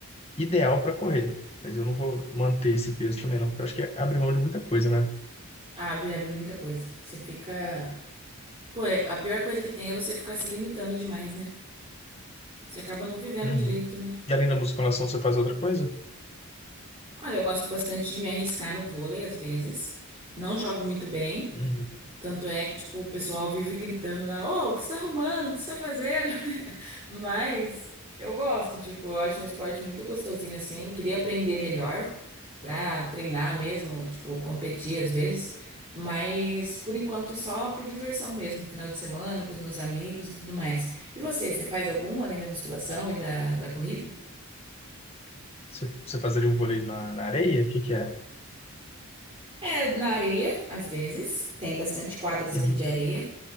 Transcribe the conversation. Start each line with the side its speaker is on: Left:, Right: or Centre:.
Left: ideal para correr, mas eu não vou manter esse peso também não, porque eu acho que é abrir mão de muita coisa, né?
Right: Abre, abre muita coisa. Você fica. Pô, é- a pior coisa que tem é você ficar se limitando demais, né? Você acaba não vivendo
Left: Uhum,
Right: direito, né?
Left: E além da musculação, você faz outra coisa?
Right: Olha, eu gosto bastante de me arriscar no vôlei, às vezes. Não jogo muito bem.
Left: uhum,
Right: Tanto é que, tipo, o pessoal vive gritando lá, ô, o que você tá arrumando? O que você tá fazendo? <laughs> Mas eu gosto, tipo, eu acho um esporte muito gostosinho assim. Queria aprender melhor pra treinar mesmo, tipo, competir às vezes. Mas por enquanto é só por diversão mesmo, final de semana com os meus amigos e tudo mais. E você, você faz algum além da musculação e da, da corrida?
Left: Você, você fazeria um vôlei na, na areia? O que que é?
Right: É, na areia, às vezes. Tem bastante quadras
Left: uhum.
Right: aqui de areia.